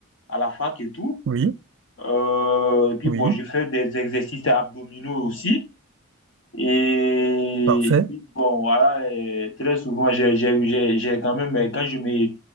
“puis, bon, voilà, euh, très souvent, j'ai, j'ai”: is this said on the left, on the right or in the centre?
Left